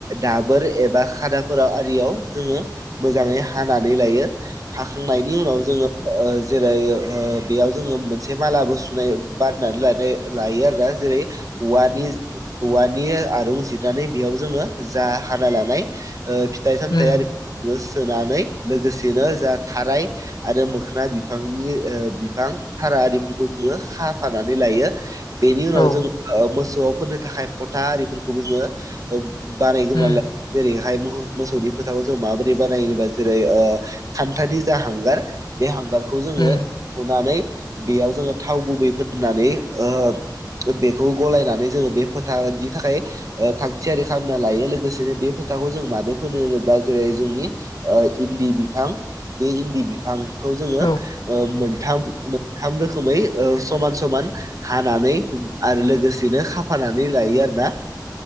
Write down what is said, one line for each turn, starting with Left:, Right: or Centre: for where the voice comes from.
Right: दाबोर एबा खानाफोराव आरियाव जोङो मोजाङै हानानै लायो। हाखांनायनि उनाव ओ जोङो जेरै ओ बेयाव जोङो मोनसे मालाबो सुनाय बारनानै लायो आरोना जेरै औवानि औवानि आरुं जिरनानै बेयाव जोङो जा हाना लानाय ओ फिथाइ सामथाय
Left: उम
Right: आरिफो बोस सोनानै लोगोसेनो जा थाराय आरो मोखोन बिफांनि ओ बिफां सारा आरिफोरखौ जोङो साफानानै लायो। बेनि उनाव
Left: औ उम औ उम औ
Right: जोङो ओ मोसौआव फोननो थाखाय फथा आरिफोरखौबो जोङो ओब बानायग्रोनालाय
Left: उम
Right: जेरै मोहो मोसौनि फोथाखौ जों माबोरै बानायोबा जेरै ओ खान्थानि जा हांगार बे हांगार खौ जोङो
Left: उम
Right: हनानै बेयाव जोङो थाव गुबै फोननानै ओ बेखौ गलायनानै जोङो बे फोथानि थाखाय ओ थाग थियारि खालामना लायो लोगोसेनो बे फोथाखौ जों मानो फोनो होनोबा जेरै जोंनि ओ इन्दि बिफां बे इन्दि बिफांखौ जोङो
Left: औ
Right: ओ मोनथाम मो थाम रोखोमै ओ समान समान हानानै आरो लोगोसेनो खाफानानै लायो आरो ना।